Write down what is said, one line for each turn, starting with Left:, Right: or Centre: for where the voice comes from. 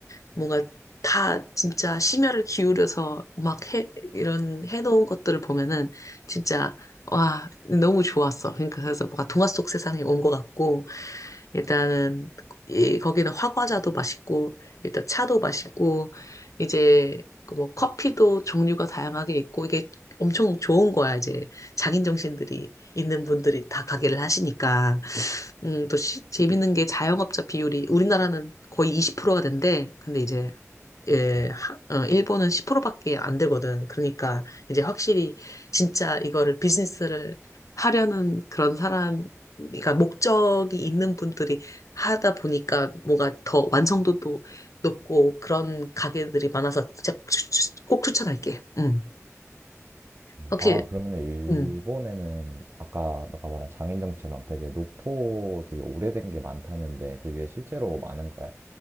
Left: 뭔가 다 진짜 심혈을 기울여서 막 해, 이런 해놓은 것들을 보면은 진짜 와, 너무 좋았어. 그러니까 그래서 뭔가 동화 속 세상에 온 것 같고, 일단은 이, 거기는 화과자도 맛있고, 일단 차도 맛있고, 이제 그뭐 커피도 종류가 다양하게 있고, 이게 엄청 좋은 거야. 이제 장인 정신들이 있는 분들이 다 가게를 하시니까. 음, 또 시- 재밌는 게 자영업자 비율이 우리나라는 거의 20%가 된대. 근데 이제
Right: 그치.
Left: 예, 하- 어, 일본은 10%밖에 안 되거든. 그러니까 이제 확실히 진짜 이거를 비즈니스를 하려는 그런 사람, 그러니까 목적이 있는 분들이 하다 보니까 뭐가 더 완성도도 높고 그런 가게들이 많아서 진짜 추- 추- 꼭 추천할게. 음, 확실히,
Right: 아, 그러면은 일본에는
Left: 음,
Right: 아까 너가 말한 장인정신처럼 되게 노포 되게 오래된 게 많다는데 그게 실제로 많은 거야?